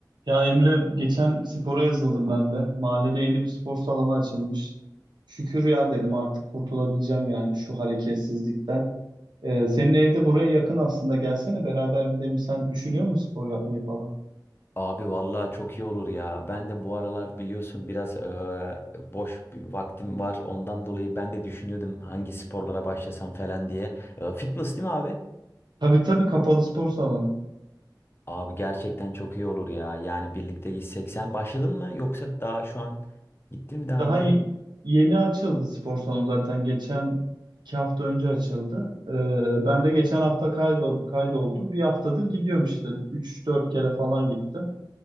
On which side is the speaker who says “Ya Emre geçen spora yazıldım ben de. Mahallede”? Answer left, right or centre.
Right